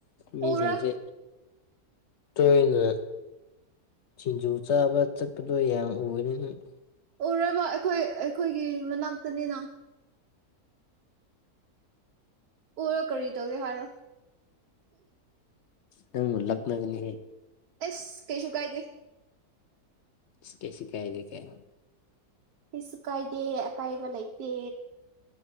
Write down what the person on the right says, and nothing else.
ꯎꯔ
ꯎꯔꯣꯏꯕ ꯑꯩꯈꯣꯏ ꯑꯩꯈꯣꯏꯒꯤ ꯃꯅꯥꯛꯇꯅꯤꯅ ꯎꯔꯥ ꯀꯔꯤ ꯇꯧ ꯍꯥꯢꯔꯥ
ꯑꯁ ꯀꯩꯁꯨ ꯀꯥꯏꯗꯦ
ꯀꯩꯁꯨ ꯀꯥꯏꯗꯦ ꯑꯀꯥꯏꯕ ꯂꯩꯇꯦ